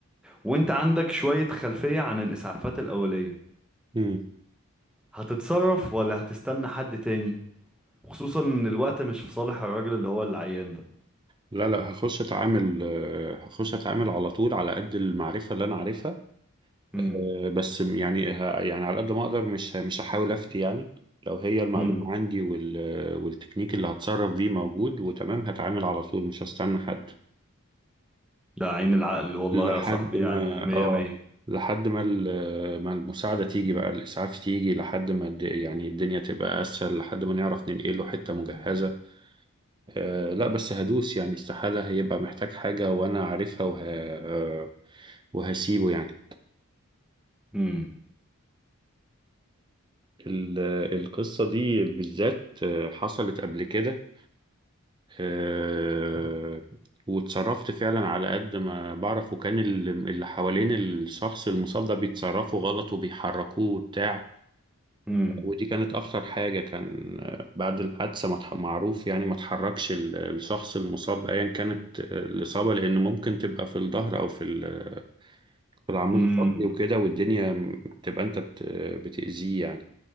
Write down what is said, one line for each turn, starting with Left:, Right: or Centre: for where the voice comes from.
Centre: وانت عندك شوية خلفية عن الاسعافات الاولية
Right: مم.
Centre: هتتصرف ولا هتستنى حد تاني خصوصا ان الوقت مش في صالح الراجل اللي هو العيان ده
Right: لا لا هخش اتعامل آه، هخش اتعامل على طول على قد المعرفة اللي انا عارفها
Centre: امم
Right: آه، بس م- يعني ه- يعني على قد ما اقدر مش ه- مش هحاول افتي يعني لو هي المعلومة
Centre: امم
Right: عندي وال والتكنيك اللي هتصرف بيه موجود وتمام هتعامل على طول مش هستنى حد
Centre: ده عين العقل والله
Right: لحد
Centre: يا صاحبي
Right: ما
Centre: يعني مية
Right: اه
Centre: مية
Right: لحد ما ال- ما المساعدة تيجي بقى الإسعاف تيجي لحد ما الد- يعني الدنيا تبقى أسهل لحد ما نعرف ننقله حتة مجهزة آه لا بس هدوس يعني استحالة هيبقى محتاج حاجة وأنا عارفها وه... آه، وهسيبه يعني
Centre: امم
Right: ال- القصة دي بالذات آه، حصلت قبل كده آه، واتصرفت فعلا على قد ما بعرف وكان ال- اللي حوالين الشخص المصاب ده بيتصرفوا غلط وبيحركوه وبتاع
Centre: امم
Right: ودي كانت أخطر حاجة كان آه، بعد الحادثة ما اتح- معروف يعني ما تحركش ال- الشخص المصاب أيا كانت آه، الإصابة لأن ممكن تبقى في الظهر أو في ال- في العمود
Centre: امم
Right: الفقري وكده والدنيا م- بتبقى انت بت... بتأذيه يعني